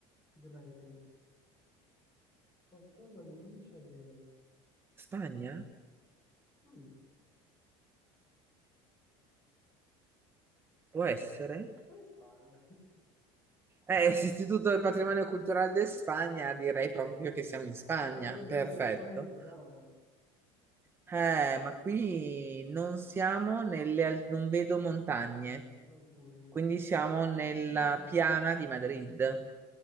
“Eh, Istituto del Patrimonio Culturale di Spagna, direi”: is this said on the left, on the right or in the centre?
Right